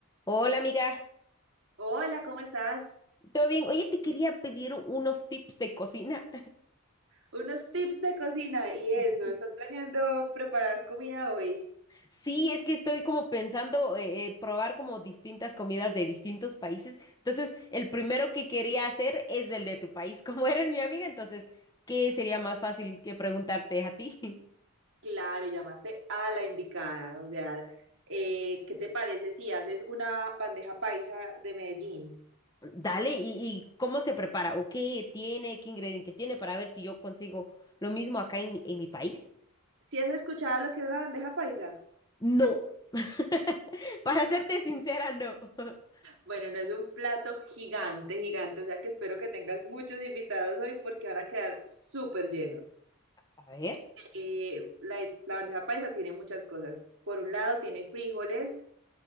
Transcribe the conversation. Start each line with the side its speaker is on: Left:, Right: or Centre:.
Left: Hola amiga,
Right: Hola, ¿cómo estás?
Left: ¿todo bien? Oye, te quería pedir u- unos tips de cocina.
Right: Unos tips de cocina y eso,
Left: <laughs>
Right: ¿estás planeando preparar comida hoy?
Left: Sí, es que estoy como pensando eh, eh, probar como distintas comidas de distintos países. Entonces, el primero que quería hacer es del de tu país. <laughs> Como eres mi amiga, entonces, ¿qué sería más fácil que preguntarte a ti? <laughs>
Right: Claro, y llamaste a la indicada, o sea, eh, ¿qué te parece si haces una bandeja paisa de Medellín?
Left: Dale, ¿y, y cómo se prepara? ¿O qué tiene? ¿Qué ingredientes tiene para ver si yo consigo lo mismo acá en mi, en mi país?
Right: ¿Si has escuchado lo que es la bandeja paisa?
Left: No, <laughs> para serte sincera, no. <laughs>
Right: Bueno, no es un plato gigante, gigante, o sea que espero que tengas muchos invitados hoy porque van a quedar súper llenos.
Left: A ver.
Right: Eh, la la bandeja paisa tiene muchas cosas. Por un lado tiene frijoles.